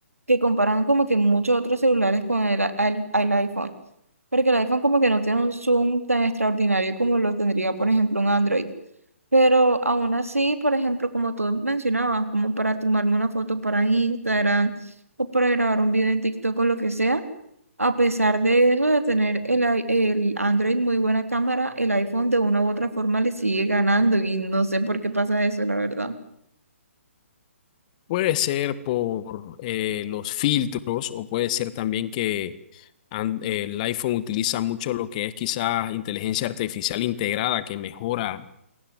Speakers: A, on the right; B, on the left.
A: que comparan como que muchos otros celulares con el, a- el, el iPhone. Porque el iPhone como que no tiene un zoom tan extraordinario como lo tendría, por ejemplo, un Android. Pero aún así, por ejemplo, como tú mencionabas, como para tomarme una foto para Instagram o para grabar un video en TikTok o lo que sea, a pesar de eso, de tener el, i- el Android muy buena cámara, el iPhone de una u otra forma le sigue ganando y no sé por qué pasa eso, la verdad.
B: puede ser por eh, los filtros o puede ser también que an- eh, el iPhone utiliza mucho lo que es quizás inteligencia artificial integrada que mejora